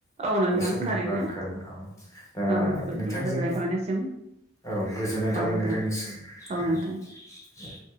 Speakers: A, on the right (about 30°); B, on the left (about 15°).
A: औ नोंथां
B: समनिबो
A: थारैनो
B: आंखाल अ। दा
A: औ बिदिब्ला
B: नोंथांजों
A: गोजोननाय थाबाय नोंसिम
B: औ गोजोननाय थाबाय
A: औ नोंथां
B: नोंथांनिसिम ओम
A: औ नोंथां
B: दे।